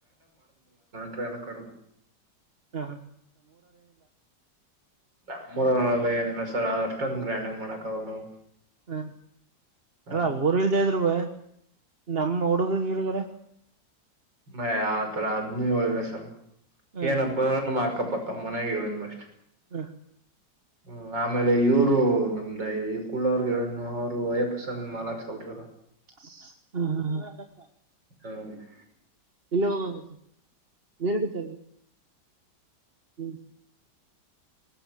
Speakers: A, on the right (about 80°); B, on the right (about 35°).
A: ಬೇರೆ ಕಾರ್ಡ್
B: ಹಾ ಹಾ <unintelligible>
A: ನಮ್ಮರ ನಲ್ಲ ಏನಿಲ್ಲ ಸರ್ ಆದಷ್ಟ <unintelligible> ಅಷ್ಟೊಂದು ಗ್ರ್ಯಾಂಡ್ ಆಗ ಮಾಡಕ ಆಗಲ್ಲ ನಾವು
B: ಹ್ಮ
A: ಹ
B: ಅಲ್ಲ ಊರ್ಲ್ದೇ ಇದ್ರು ಬ ನಮ್ಮ ಹುಡುಗ್ರ ಗಿಡಗಾರ <unintelligible>
A: ಮ ಆತರ ಅದ್ನು ಹೇಳಿಲ್ಲ ಸರ್
B: ಹ
A: ಏನಪ್ಪ ನಮ್ಮ ಅಕ್ಕಪ್ಪ <unintelligible> ಪಕ್ಕ ಮನಾಗ ಹೇಳ್ ಮಷ್ಟಟ್ <inaudible>
B: ಹ್ಮ <unintelligible>
A: ಹ್ಮ್ ಆಮೇಲೆ ಇವರು ನಮ್ದ ಇ ಈ ಕುಳ್ಳವಗೆ ಅವರು ವಯಪಸಂದ ಮಾಲಾಕ್ಸಬಿಟ್ಟಿರಲ್ಲ
B: ಹಾ ಹಾ ಹ <unintelligible>
A: ಹಾ <unintelligible>
B: ಇಲ್ಲನ್ ಹ್ಮ್ <unintelligible>